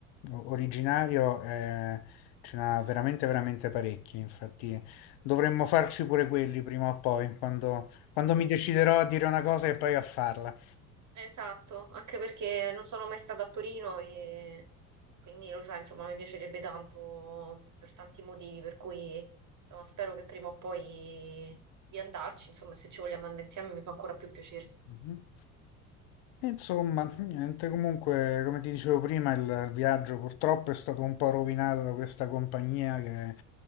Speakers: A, on the left; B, on the right.
A: originario, eh, ce n'ha veramente veramente parecchi, infatti dovremmo farci pure quelli prima o poi, quando, quando mi deciderò a dire una cosa e poi a farla.
B: Esatto, anche perché non sono mai stata a Torino e quindi lo sai, insomma, mi piacerebbe tanto per tanti motivi, per cui insomma, spero che prima o poi di andarci, insomma, se ci vogliamo andare insieme mi fa ancora più piacere.
A: Mhm. Insomma, niente, comunque, come ti dicevo prima, il, il viaggio purtroppo è stato un po' rovinato da questa compagnia che